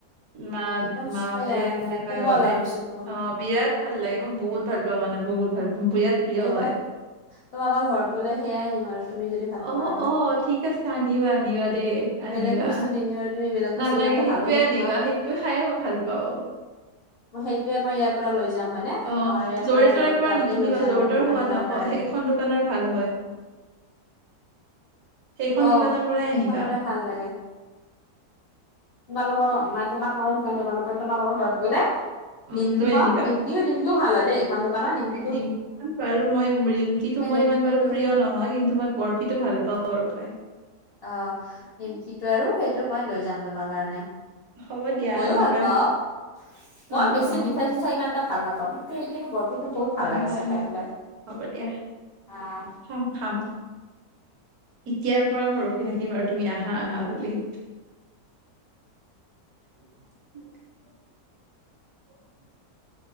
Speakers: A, on the right (about 70°); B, on the left (about 65°).
A: মাঁ
B: একদম
A: মাহঁতে
B: সেয়া মানে
A: কেতিয়াবা
B: কোমল
A: গ'লে
B: আৰু বস্তুটো
A: অ বিৰাট ভাল লাগে মই বহুত ভাল পাওঁ মানে বহুত ভাল পাওঁ বিৰাট প্ৰিয়
B: এইবাৰ
A: হয়
B: তোমালোকৰ ঘৰত গ'লে সেয়াই নিম আৰু। তুমি যদি ভাল
A: অহ
B: পোৱা আৰু
A: অঁ ঠিক আছে আনিবা আনিবা দেই। আনিবা।
B: বেলেগ বস্তু নিনিও আৰু তুমি বেলেগ বস্তু
A: নালাগে
B: ইমান এটা
A: সেইটোৱে
B: ভালো নোপোৱা
A: আনিবা সেইটো খাইয়ে মই ভাল পাওঁ।
B: মই সেই টোৱে মই ইয়াৰ পৰা লৈ যাম হয়নে,
A: অ
B: আমাৰ ইয়াৰ
A: য'ৰে
B: পৰা য
A: ত'ৰে
B: যাওঁতেই
A: নিকিনিবা
B: লৈ যাম
A: য'ৰে
B: আৰু
A: ত'ৰে
B: তোমাৰ
A: সোৱাদ নাই অক-
B: কাৰণে।
A: সেইখন দোকানৰ ভাল হয়। সেইখন
B: অ
A: দোকানৰ পৰাই আনিবা।
B: এইখনৰে ভাল লাগে। তোমালোকৰ মানে তোমাক মই সেইখন দোকানৰ পৰা তোমালোকৰ ঘৰত গ'লে
A: উম
B: নিমকি
A: লৈ
B: পাওঁ
A: আনিবা
B: নিম কিও নিমকিও ভাল হয় দেই। পান দোকানৰ নিমকি
A: নিমকি খন বাৰু মই নিমকিটো
B: সেই
A: মোৰ
B: নিমকিটো
A: ইমান বাৰু প্ৰিয় নহয় কিন্তু, মই বৰ ফিতো ভাল পাওঁ আৰু খাই।
B: অঁ নিমকিটো আৰু সেইটো মই লৈ যাম তোমাৰ কাৰণে।
A: হ'ব দিয়া
B: মইও
A: আনিবা
B: ভাল পাওঁ, মই
A: অ
B: বেছি
A: অ
B: মিথাই চি ঠাই ইমান এটা ভাল নাপাওঁ এই কিন্তু বৰফি টো বহুত ভাল
A: হয়
B: লাগিছে
A: হয়
B: খাই
A: হয়
B: পেলাই।
A: হ'ব দিয়া
B: আহ।
A: খাম খাম। এতিয়াৰ পৰা মই ৰখি থাকিম আৰু তুমি আহা আহা বুলি। <inaudible> অ <inaudible>